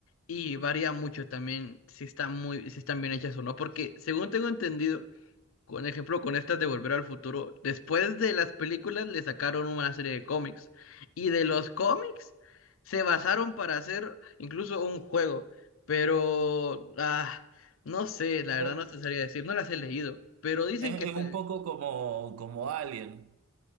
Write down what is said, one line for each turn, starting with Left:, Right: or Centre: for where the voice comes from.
Left: y varía mucho también si están muy, si están bien hechas o no, porque según tengo entendido, con ejemplo, con estas de Volver al Futuro, después de las películas le sacaron una serie de cómics y de los cómics se basaron para hacer incluso un juego, pero ah, no sé, la verdad
Right: Eh,
Left: no te sabría decir, no las he leído, pero dicen
Right: Es,
Left: que
Right: es
Left: está...
Right: un poco como, como Alien.